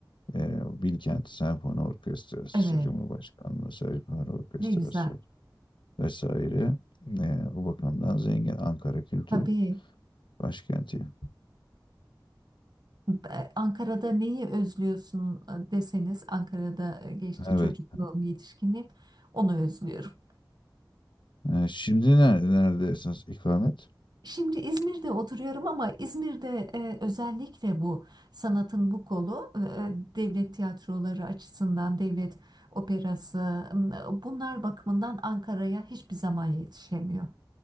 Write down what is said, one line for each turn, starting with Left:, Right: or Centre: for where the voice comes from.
Left: e, Bilkent Senfoni Orkestrası,
Right: Evet,
Left: işte Cumhurbaşkanlığı Senfoni Orkestrası
Right: ne güzel.
Left: vesaire. E, o bakımdan zengin Ankara Kültür
Right: Tabii
Left: Başkenti.
Right: be- Ankara'da neyi özlüyorsun e, deseniz, Ankara'da e, geçti
Left: Evet.
Right: çocukluğum, yetişkinliğim, onu özlüyorum.
Left: E, şimdi ne- nerede esas ikamet?
Right: Şimdi İzmir'de oturuyorum ama İzmir'de e, özellikle bu sanatın bu kolu e, e, devlet tiyatroları açısından devlet operası m, bunlar bakımından Ankara'ya hiçbir zaman yetişemiyor.